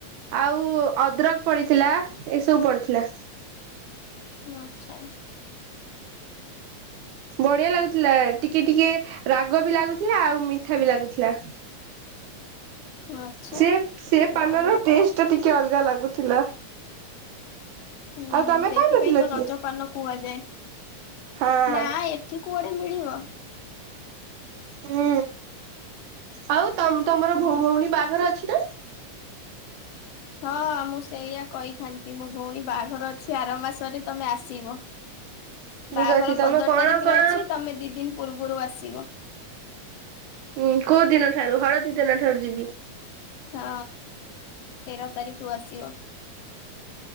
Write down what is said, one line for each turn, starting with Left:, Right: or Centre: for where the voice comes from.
Right: ଆଉ ଅଦ୍ରକ ପଡିଥିଲା ଏସବୁ ପଡିଥିଲା।
Left: ଆଚ୍ଛା।
Right: ବଢିଆ ଲାଗୁଥିଲା ଟିକେ ଟିକେ ରାଗ ବି ଲାଗୁଥିଲା ଆଉ ମିଠା ବି ଲାଗୁଥିଲା।
Left: ଆଚ୍ଛା।
Right: ସେ ସେ
Left: ଯା
Right: ପାନର
Left: ହଉ
Right: ଟେଷ୍ଟ ଟିକେ ଅଲଗା ଲାଗୁଥିଲା।
Left: ହୁଁ
Right: ଆଉ ତମେ
Left: ସେଇଥିପାଇଁ
Right: ଖାଇ ନଥିଲ
Left: ତ
Right: କି?
Left: ରଜପାନ କୁହାଯାଏ।
Right: ହଁ
Left: ନା ଏଠି କୁଆଡେ ମିଳିବ।
Right: ହୁଁ। ଆଉ ତ ତମର
Left: ହୁଁ।
Right: ଭଉଣୀ ବାହାଘର ଅଛି ନା?
Left: ହଁ ମୁଁ ସେଇଆ କହିଥାନ୍ତି ମୋ ଭଉଣୀ ବାହାଘର ଅଛି ଆର ମାସରେ ତମେ ଆସିବ।
Right: ଠିକ
Left: ବାହାଘର
Right: ଅଛି ତମେ
Left: ପନ୍ଦର
Right: କଣ
Left: ତାରିଖରେ
Right: କଣ
Left: ଅଛି ତମେ ଦି ଦିନ ପୂର୍ବରୁ ଆସିବ।
Right: ଉଁ। କୋଉ ଦିନ ଠାରୁ ହଳଦୀ ଦିନ ଠାରୁ ଯିବି?
Left: ହଁ ତେର ତାରିଖ ରୁ ଆସିବ।